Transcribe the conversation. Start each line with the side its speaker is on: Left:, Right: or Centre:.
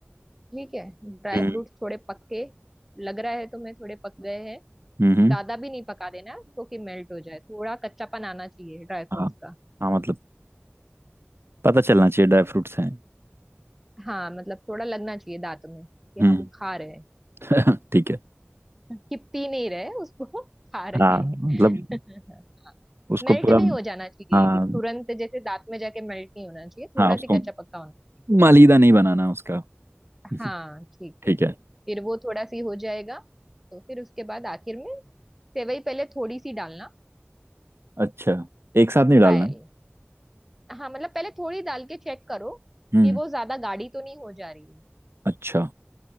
Centre: ठीक है ड्राई
Right: हम्म
Centre: फ्रूट्स थोड़े पक्के लग रहा है तुम्हें थोड़े पक गए हैं
Right: हम्म
Centre: ज्यादा भी नहीं पका देना तो कि मेल्ट हो जाए थोड़ा कच्चापन आना चाहिए ड्राई फ्रूट्स
Right: हाँ
Centre: का
Right: हाँ मतलब पता चलना चाहिए ड्राई फ्रूट्स हैं
Centre: हाँ मतलब थोड़ा लगना चाहिए दांतों में कि
Right: हम्म
Centre: हम खा रहे हैं
Right: <laughs> ठीक है
Centre: कि पी नहीं रहे उसको खा
Right: हाँ
Centre: रहे हैं
Right: मतलब
Centre: <laughs>
Right: उसको
Centre: मेल्ट
Right: पूरा
Centre: नहीं हो जाना चाहिए
Right: हाँ
Centre: तुरंत जैसे दांत में जाके मेल्ट नहीं होना चाहिए थोड़ा
Right: हाँ उसको
Centre: सी कच्चा पक्का होना चाहिए
Right: मालीदा नहीं बनाना उसका <laughs>
Centre: हाँ ठीक
Right: ठीक
Centre: है
Right: है
Centre: फिर वो थोड़ा सी हो जाएगा तो फिर उसके बाद आखिर में सेवई पहले थोड़ी सी डालना
Right: अच्छा एक साथ नहीं
Centre: ट्रायल
Right: डालना
Centre: हाँ मतलब पहले थोड़ी डाल के चेक करो
Right: हम्म
Centre: कि वो ज्यादा गाढ़ी तो नहीं हो जा रही है
Right: अच्छा